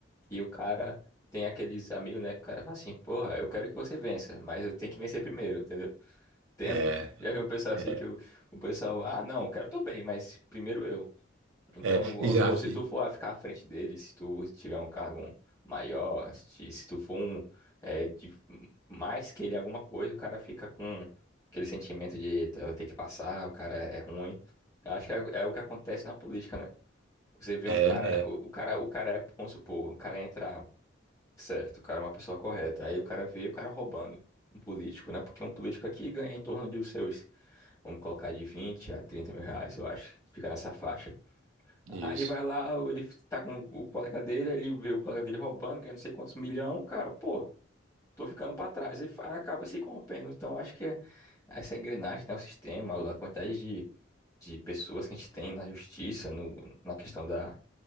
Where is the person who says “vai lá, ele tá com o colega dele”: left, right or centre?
Left